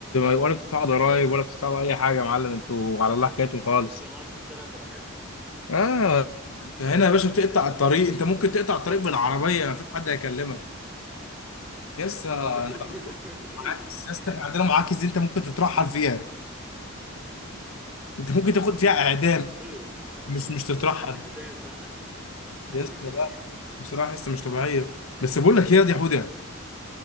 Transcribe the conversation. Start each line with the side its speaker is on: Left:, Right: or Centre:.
Left: ولا بتدفعوا ضرائب ولا بتدفعوا اي حاجه يا معلم انتوا على الله حكايتكم خالص
Centre: بنعدي الشارع براحتنا
Left: اه انت هنا يا باشا بتقطع الطريق انت ممكن تقطع الطريق بالعربيه مفيش حد هيكلمك يسا
Centre: ده كده
Left: انت عندكم
Centre: كده
Left: معاكس
Centre: <laughs>
Left: يسا احنا عندنا معاكس دي انت ممكن تترحل فيها انت ممكن تاخد فيها اعدام
Centre: ده حرفيا
Left: مش مش تترحل
Centre: اعدام بقى <laughs>
Left: يسا لا بصراحه يسا مش طبيعيه بس بقول لك ايه يا دي حوده